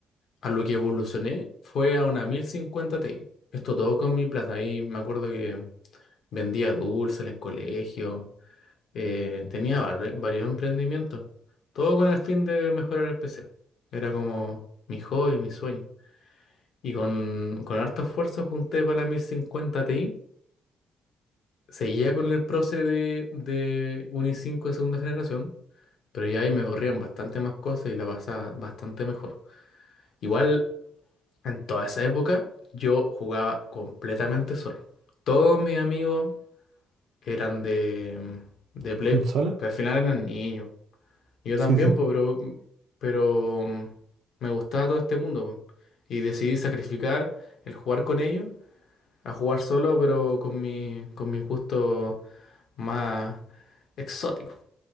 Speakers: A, on the left; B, on the right.
A: a lo que evolucioné fue a una 1050 Ti. Esto todo con mi plata. Y me acuerdo que. Vendía dulces en el colegio. eh, tenía var- varios emprendimientos. Todo con el fin de mejorar el PC. Era como mi hobby, mi sueño. Y con, con harto esfuerzo junté para la 1050 Ti. Seguía con el proce de, de un i5 de segunda generación. Pero ya ahí me corrían bastante más cosas y la pasaba bastante mejor. Igual, en toda esa época, yo jugaba completamente solo. Todos mis amigos eran de, de Play,
B: ¿Consola?
A: po, que al final eran niños. Y Yo
B: Sí,
A: también,
B: sí,
A: pues pero, pero mm, me gustaba todo este mundo, po. Y decidí sacrificar el jugar con ellos a jugar solo, pero con mi, con mis gustos más exóticos.